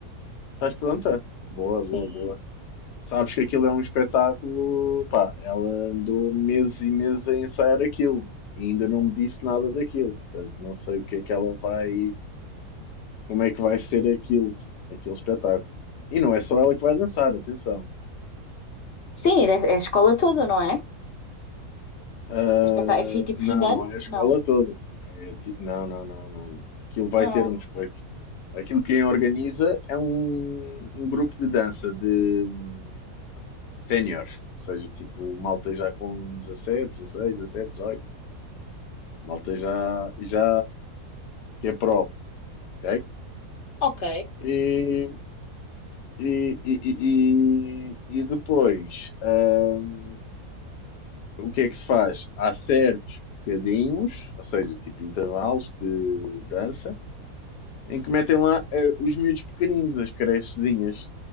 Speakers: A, on the left; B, on the left.
A: Estás pronta? Boa,
B: Sim.
A: boa, boa. Sabes que aquilo é um espetáculo. Pá, ela andou meses e meses a ensaiar aquilo e ainda não me disse nada daquilo. Portanto, não sei o que é que ela vai. Como é que vai ser aquilo, aquele espetáculo. E não é só ela que vai dançar, atenção.
B: Sim, é é a escola toda, não é?
A: Ah,
B: É, espetá- é fi- tipo
A: não,
B: fim de
A: não
B: ano?
A: é a escola
B: Não.
A: toda. É ti- não, não, não, não, não. Aquilo vai
B: Ah,
A: ter um. espetáculo.
B: ok.
A: Aquilo quem organiza é um, um grupo de dança de hum, séniores, ou seja, tipo malta já com 17, 16, 17, 18. Malta já, já que é pró, ok?
B: Ok.
A: E, e, e, e, e- e depois, hum, o que é que se faz? Há certos bocadinhos, ou seja, tipo intervalos de dança, em que metem lá eh, os miúdos pequeninos, as crechezinhas.